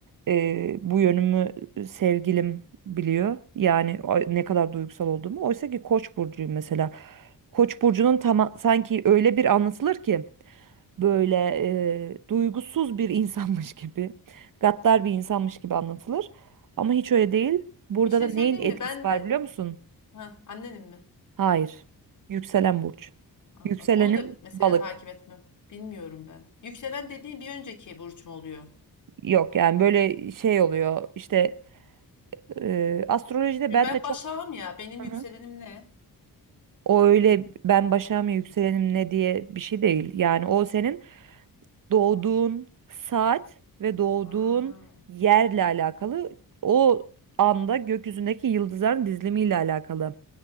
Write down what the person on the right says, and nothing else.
e, bu yönümü sevgilim biliyor. Yani a- ne kadar duygusal olduğumu. Oysa ki Koç burcuyum mesela. Koç burcunun tam sanki öyle bir anlatılır ki böyle e, duygusuz bir <laughs> insanmış gibi, gaddar bir insanmış gibi anlatılır. Ama hiç öyle değil. Burada
da neyin
etkisi
var
biliyor musun?
Hayır. Yükselen burç.
Yükselenim
balık.
Yok yani böyle şey oluyor işte Ee, astrolojide
ben
de çok
Hı
hı.
o öyle ben başa mı yükselenim ne diye bir şey değil. Yani o senin doğduğun saat ve doğduğun
yerle alakalı o anda gökyüzündeki yıldızların dizilimiyle alakalı